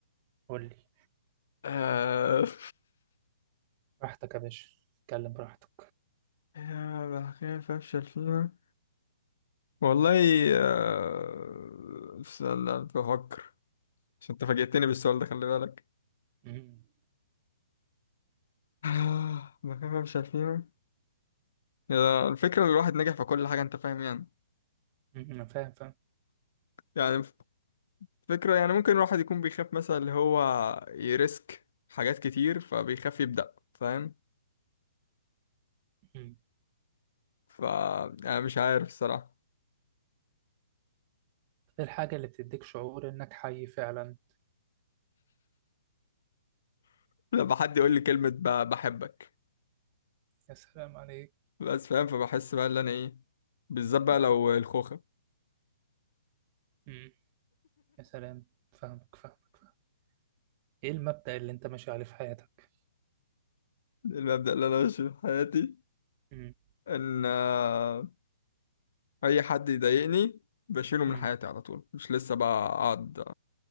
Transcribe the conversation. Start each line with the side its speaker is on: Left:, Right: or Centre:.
Right: قول لي
Left: آه... <laughs>
Right: براحتك يا باشا اتكلم براحتك
Left: آه، بخاف افشل فيها والله آه، استنى بفكر عشان انت فاجئتني بالسؤال ده خلي بالك
Right: امم
Left: آه، ما كان مش عارفين يا الفكرة الواحد نجح في كل حاجة انت فاهم يعني
Right: أمم، أنا فاهم فاهم
Left: يعني فكرة يعني ممكن الواحد يكون بيخاف مثلا اللي هو يريسك حاجات كتير فبيخاف يبدأ فاهم
Right: امم
Left: ف انا مش عارف الصراحة
Right: إيه الحاجة اللي بتديك شعور إنك حي فعلا
Left: لما حد يقول لي كلمة ب- بحبك
Right: يا سلام عليك
Left: بس فاهم فبحس بقى اللي انا ايه بالذات بقى
Right: مم.
Left: لو الخوخة
Right: مم. يا سلام فاهمك فاهمك فاهم ايه المبدأ اللي انت ماشي عليه في حياتك
Left: المبدأ اللي انا ماشي في حياتي
Right: مم.
Left: ان آه، اي حد يضايقني بشيله من
Right: مم.
Left: حياتي على طول مش لسه بقى اقعد